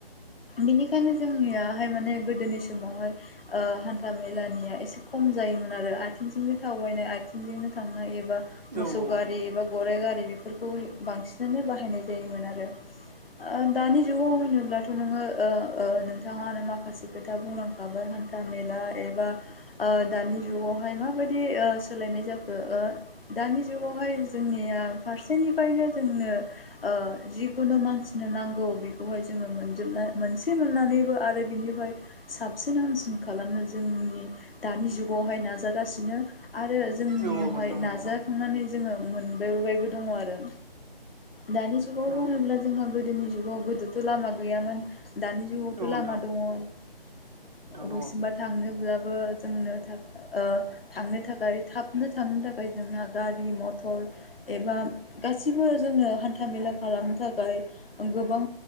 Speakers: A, on the left; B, on the right.
A: बिनिखायनो जोंनियाहाय माने गोदोनि समावहाय ओ हान्था मेलानिया एसे खम जायोमोन आरो आथिंजोंनो थावबायनाय आथिंजोंनो थांनाय एबा
B: औ
A: मोसौ
B: नोंथां औ
A: गारि एबा गराइ गारि बेफोरखौ बांसिनानो बाहायनाय जायोमोन आरो ओ दानि जुगाव होनोब्लाथ' नोङो ओ ओ नोंथाङानो माखासे माखासे खोथा बुंलांखाबाय हान्था मेला एबा ओ दानि जुगावहाय माबायदि ओ सोलायनाय जाखो ओ दानि जुगावहाय जोंनिया फारसेनिफ्रायनो जोंनो ओ जि खौनो मानसिनो नांगौ बेखौहाय जोङो मोनजोबनो मोनसे मोननानैबो आरो बिनिफ्राय साब साबसिन हामसिन खालामनो जोंनि दानि जुगावहाय नाजागासिनो आरो जोंनियावहाय
B: औ नोंथां नंगौ
A: नाजाखांनानै जोङो मोनबायबोबायबो दङ आरो दानि जुगाव
B: औ नोंथां दङ
A: होनोब्ला जोंहा गोदोनि जुगाव थ' लामा गैयामोन दानि जुगावथ'
B: नोंथां
A: लामा दङ ओ हसिमबा
B: दङ
A: थांनो अब्लाबो जोंनो थाख ओ थांनो थाखाय थाबनो थांनो थाखाय जोंना गारि मथर एबा गासिबो जों जोंनो हान्था मेला खालाम थाखाय गोबां